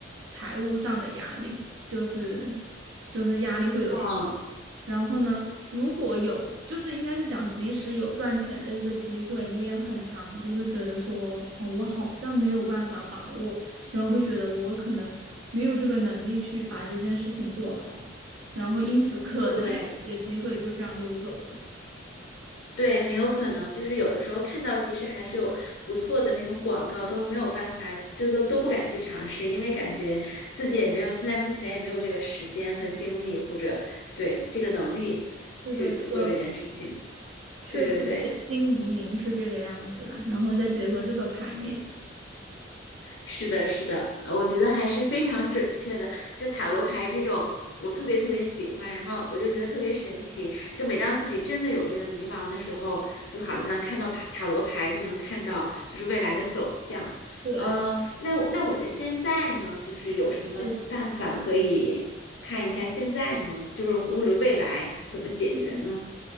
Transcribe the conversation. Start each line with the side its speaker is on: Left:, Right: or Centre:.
Right: 财务上的压力，就是就是压力会有点。
Left: 嗯，
Right: 然后呢，如果有，就是应该是讲，即使有赚钱的一个机会，你也很常就是觉得说，哦，我好像没有办法把握，然后会觉得我可能没有这个能力去把这件事情做好，然后因此可能有一些机会就这样溜走了。
Left: 对对，很有可能就是有的时候看到，其实还是有不错的那种广告，都没有办法，就都都不敢去尝试，因为感觉自己也没有，现在目前也没有这个时间和精力，或者对这个能力去去做这件事情。
Right: 是的，这个确实对新移民是这个样子啦，
Left: 对对对。
Right: 然后再结合这个牌面，
Left: 是的，是的，呃我觉得还是非常准确的。就塔罗牌这种，我特别特别喜欢，然后我就觉得特别神奇。就每当自己真的有这个迷茫的时候，就好像看到塔塔罗牌就能看到就是未来的走向。
Right: 对。
Left: 呃，那我那我的现在呢，就是有什么办法可以看一下现在呢？
Right: 来
Left: 就是或者未来怎么解决呢？
Right: 嗯，